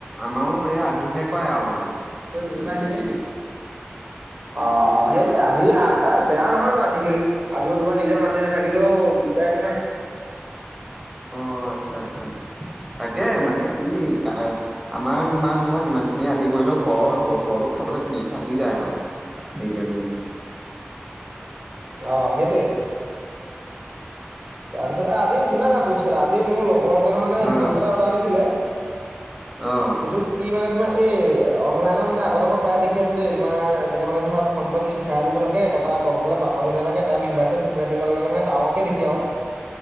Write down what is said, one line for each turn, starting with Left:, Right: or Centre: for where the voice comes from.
Centre: আমাৰো এই আধিহে কয় আও বেলেগৰ।
Right: তে মিলৰ পৰা আহিলে গে নেকি? অ অ সেইটো
Centre: অ',
Right: আধি আ বেয়া নহয়তো আধ- তে সেই আধিও তোমাৰ নিজৰ মাতি নাথাকিলেও দিগদাৰ একো নাই।
Centre: অ', আত্চ্ছা আত্চ্ছা আত্চ্ছা তাকে মানে কি? আমাৰ তোমাৰ ধৰা যিমান খিনি আধি কৰিলেও ঘৰৰ বছৰতো খাবলৈ ধুনীয়াকে আ তি যায় আও সেই কৰি মেলি।
Right: অ সেইটোৱে। তাৰপিছত আজি শুনা নাই বস্তু এটা, আজি মোৰ লগৰ এজনে মানে
Centre: অ',
Right: বস্তু এটা অৰ্ডাৰ দিছিলে
Centre: অ
Right: এইটো কি মানে তোমাৰ এই অনলাইনত মানে আগতে মই প্ৰায় দেখি আছো দেই, তোমাৰ এনেকে মানে ধৰা ফ্ৰটত চিচাৰ এটুকু থাকে, তাপা তলফালে বাগচ এটা থাকে, তাত মবাইলটো সোমাৱাই দিয়াৰ লগে লগে মানে ডাঙৰকে দেখি আও।